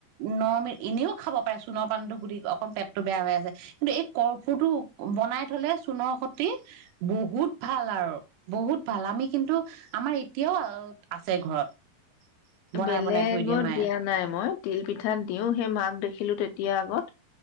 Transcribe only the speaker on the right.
নৰম এনেও খাব পাৰে চোণৰ পানটো বুলি অকণ পেট। টো বেয়া হৈ আছে, কিন্তু এই কৰ্ফোটো বনাই থলে চোণৰ সটি বহুত ভাল আৰু বহুত ভাল আমি কিন্তু আমাৰ এতিয়াও আছে ঘৰত। বনাই
বনাই থৈ দিয়ে মায়ে